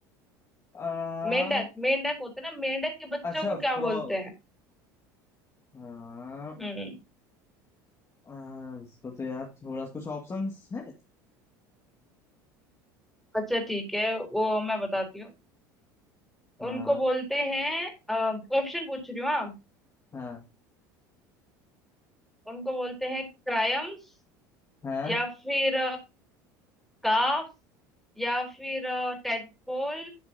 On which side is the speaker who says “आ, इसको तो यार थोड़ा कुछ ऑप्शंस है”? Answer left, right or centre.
Left